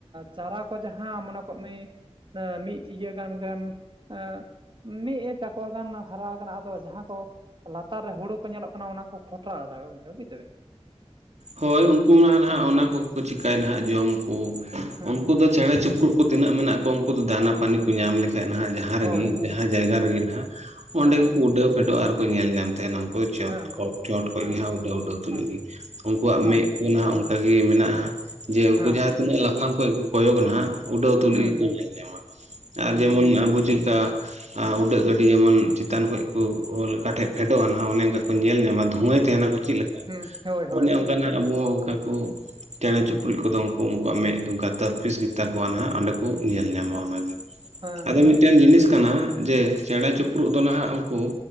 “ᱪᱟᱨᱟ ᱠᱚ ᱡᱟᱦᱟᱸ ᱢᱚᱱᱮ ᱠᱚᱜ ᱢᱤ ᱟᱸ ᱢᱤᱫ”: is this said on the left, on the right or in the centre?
Right